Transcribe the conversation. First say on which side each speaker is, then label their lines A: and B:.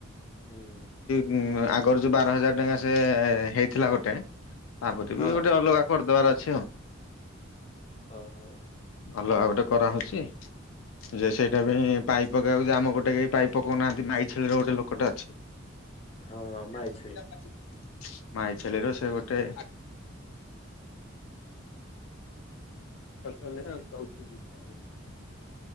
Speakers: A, on the left; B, on the left.
A: ହୁଁ।
B: ଉଁ ଆଗରୁ ଯୋଉ ବାର ହଜାର ଟଙ୍କା ସେ ହେଇଥିଲା ଗୋଟେ ତାପରେ
A: ହଁ
B: ବି ଗୋଟେ ଅଲଗା କରିଦବ। ଦାବାରେ ଅଛି।
A: ହ ହୋ।
B: ଅଲଗା ଗୋଟେ କରାହେଉଛି ଯେ ସେଇଟା ପାଇଁ ପାଇପ୍ ପକେଇବାକୁ ଯେ ଆମ ଗୋଟେ କେହି ପାଇପ୍ ପକାଉନାହାନ୍ତି ମାଇ ଛେଳିର ଗୋଟେ ଲୋକଟେ ଅଛି।
A: ହଁ ମାଇ
B: ା
A: ଛେଳି
B: <unintelligible> ମାଇଛେଲି ର ସେ ଗୋଟେ ପସ ତଉଛି ଦ <unintelligible>